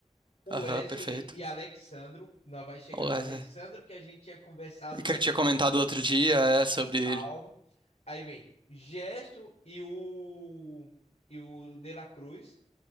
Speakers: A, on the left; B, on the right.
A: o
B: Aham,
A: Wesley
B: perfeito.
A: e Alexandro. Nós vai chegar
B: Olha,
A: no Alexandro que a gente tinha conversado
B: E que
A: ontem,
B: eu tinha comentado
A: anteontem,
B: outro dia é sobre
A: calma.
B: ele.
A: Aí vem Gesso e o e o De La Cruz